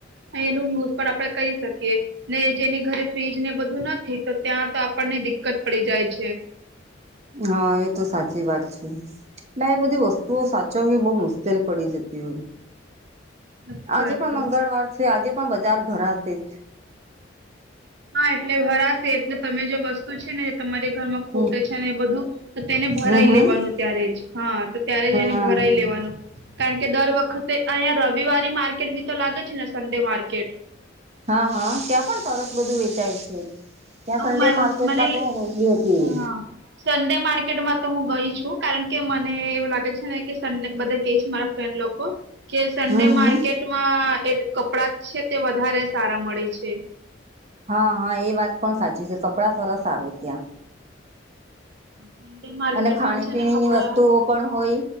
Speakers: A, on the right (about 60°); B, on the right (about 35°).
A: એનું ન્યૂઝ પણ આપડે કહી શકીએ ને જેની ઘરે ફ્રીજ ને બધું નથી તો ત્યાં તો આપણને દિક્કત પડી જાય છે.
B: હા એ તો સાચી વાત છે ને એ બધી વસ્તુઓ સાચવવી બહુ મુસ મુશ્કેલ પડી જતી હોય
A: સાચી
B: આજે
A: વાત
B: પણ
A: છે.
B: મંગળવાર છે. તે આજે પણ બજાર ભરાશે જ.
A: હા એટલે ભરાસે એટલે તમે જે વસ્તુ છે ને જે તમારી ઘરમાં ખોટે
B: હમ
A: છે એ બધું તો તેને ભરાઈ
B: હમ હમ
A: લેવાનું ત્યારે જ હા તો ત્યારે જ એને
B: હમ
A: ભરાઈ લેવાનું. કારણ કે દર વખતે અહીંયા રવિવારી માર્કેટ બી તો લાગે છે ને સન્ડે માર્કેટ
B: હા હા ત્યાં પણ સરસ બધું વેચાય છે. ત્યાં સંડે
A: મન
B: માર્કેટ
A: મને
B: માં તો ગયલી હતી.
A: હા સન્ડે માર્કેટમાં તો હું ગઈ છું કારણ કે મને એવું લાગે છે ને કે સન્ડે બધા કે મારા ફ્રેન્ડલોકો કે સન્ડે
B: હમ હમ
A: માર્કેટમાં એ કપડા છે તે વધારે સારા મળે છે.
B: હા હા એ વાત પણ સાચી છે કપડાં સરસ આવે ત્યાં.
A: સન્ડે માર્કેટમાં
B: અને ખાણી
A: છે
B: પીણી
A: ને કપડા
B: ની વસ્તુઓ પણ હોય